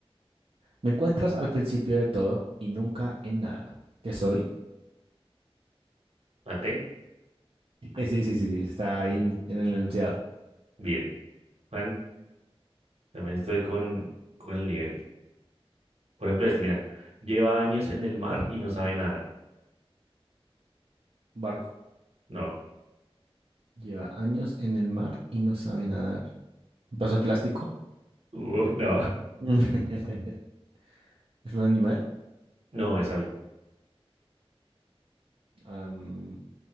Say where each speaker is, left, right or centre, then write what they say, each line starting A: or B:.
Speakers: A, on the right; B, on the right.
A: Me encuentras al principio de todo y nunca en nada. ¿Qué soy?
B: maté.
A: Eh, sí, sí, sí, sí. Está ahí
B: Ujú.
A: en el enunciado.
B: Bien, Juan, también estoy con, con el nivel. Por ejemplo, este, mira, lleva años en el mar y no sabe nadar.
A: Barco.
B: No,
A: Lleva años en el mar y no sabe nadar. Un vaso de plástico.
B: Uy, no,
A: <laughs> Es un animal.
B: <laughs> no es algo.
A: am,